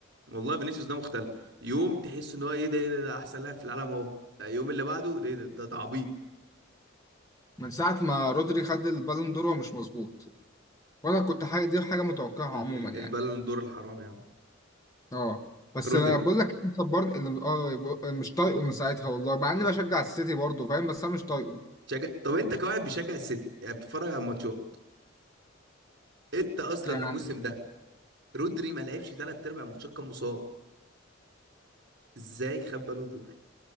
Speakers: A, on the right; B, on the left.
A: والله فينيسيوس ده مختل يوم تحس ان هو ايه ده ايه ده, ده احسن لاعب في العالم اهو آه، يوم اللي بعده ده إيه ده, ده, ده عبيط
B: من ساعة ما رودري خد البالون دور هو مش مظبوط وانا كنت حاجة دي حاجة متوقعها
A: ال-
B: عموما
A: ال-
B: يعني
A: البالون دور الحرام يا عم
B: اه بس
A: رودري
B: انا بقول لك اللي مصبرني اللي اه ب- مش طايقه من ساعتها والله مع اني بشجع السيتي برضه فاهم بس انا مش طايقه
A: تشجع طب انت كواحد بيشجع السيتي يعني بتتفرج على الماتشات انت اصلا
B: يعني
A: الموسم ده رودري ما لعبش ثلاث ارباع الماتشات كان مصاب ازاي خد بالون دور